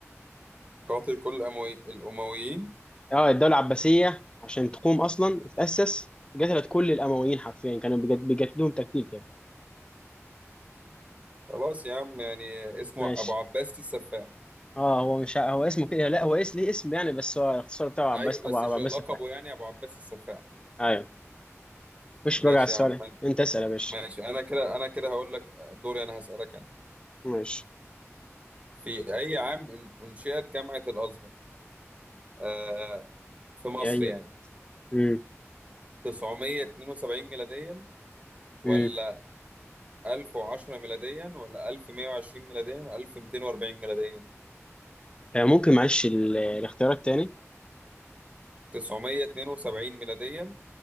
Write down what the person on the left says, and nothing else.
اه الدولة العباسية عشان تقوم أصلا وتأسس قتلت كل الأمويين حرفيا كانوا بيجت- بيقتلوهم تقتيل كده
ماشي
اه هو مش ع- هو اسمه كده لا هو اسم ليه اسم يعني بس هو الاختصار بتاعه عباس
أبو
أبو
عباس
الفهمي
أيوه مش
بقى على السؤال
أنت اسأل يا باشا
ماشي
أيوه
أمم،
أمم.
آه، ممكن معلش ال- الاختيارات تاني